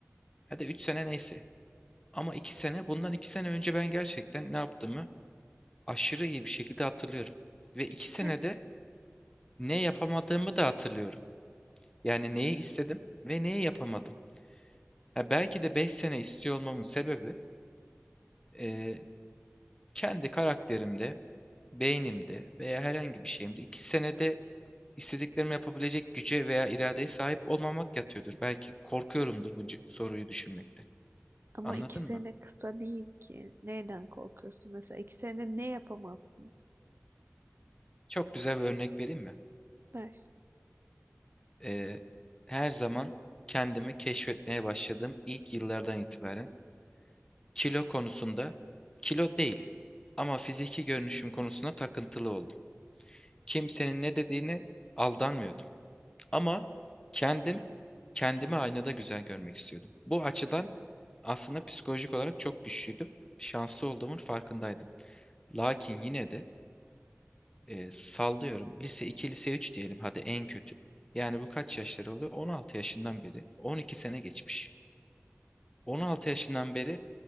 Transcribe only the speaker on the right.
iki
sene.
Ama
2 sene
kısa değil ki. Neyden korkuyorsun? Mesela 2 sene ne yapamazsın?
Ver.